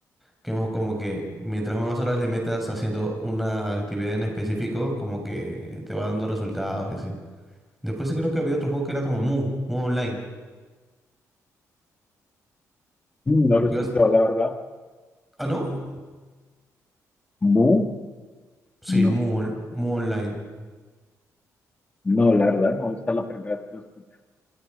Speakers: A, in the centre; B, on the left (about 20°).
A: Que hemos como que mientras más horas le metas haciendo una actividad en específico, como que te va dando resultados y así. Después creo que había otro juego que era como Mu, Mu Online.
B: mm, no lo he
A: Yo
B: escuchado,
A: as-
B: la verdad.
A: ¿Ah, no?
B: ¿Mu?
A: Sí,
B: No.
A: Mu, on- Mu Online.
B: No, la verdad, no, esta es la primera vez que lo escucho.